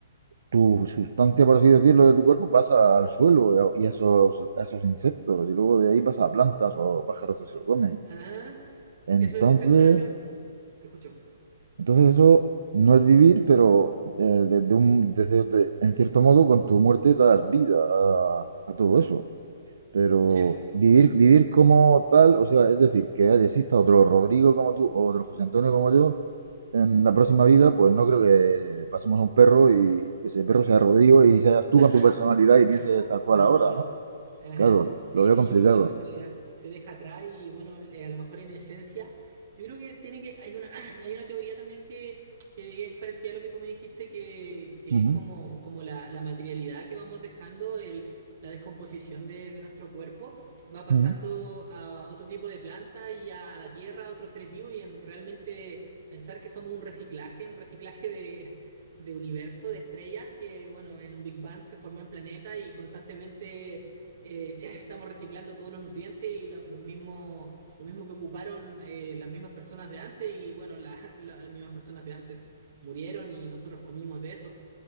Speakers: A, on the right; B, on the right.
A: tu sustancia, por así decirlo, de tu cuerpo pasa al suelo y a, y a esos, a esos insectos, y luego de ahí pasa a plantas o a pájaros que se lo comen.
B: ah
A: Entonces,
B: Eso, eso es una... Te, te escucho.
A: entonces eso no es vivir, pero eh, de- de un- de cier- de- en cierto modo con tu muerte das vida a a todo eso. Pero
B: Chevo.
A: vivir, vivir como tal, o sea, es decir, que exista otro Rodrigo como tú o otro José Antonio como yo en la próxima vida, pues no creo que pasemos a un perro y ese perro sea Rodrigo y seas
B: <laughs>
A: tú con tu personalidad y pienses tal cual
B: No,
A: ahora,
B: no.
A: ¿no?
B: Ajá.
A: Claro,
B: Sí,
A: lo veo
B: sí,
A: complicado.
B: yo creo que la personalidad se deja atrás y bueno, le- a lo mejor en esencia, yo creo que tiene que, hay una, <clears throat> hay una teoría también que, que es parecida a lo que tú me dijiste, que, que
A: Ujú,
B: es como, como la, la materialidad que vamos dejando, el, la descomposición de, de nuestro cuerpo, va pasando
A: ujú.
B: a otro tipo de planta y a, la tierra, a otros seres vivos, y en realmente pensar que somos un reciclaje, un reciclaje de de universo de estrellas que, bueno, en un Big Bang se formó en planeta y constantemente eh, <clears throat> estamos reciclando todos los nutrientes y lo, los mismos- lo mismo que ocuparon eh, las mismas personas de antes y, bueno, la- <laughs> las mismas personas de antes murieron y nosotros comimos de eso.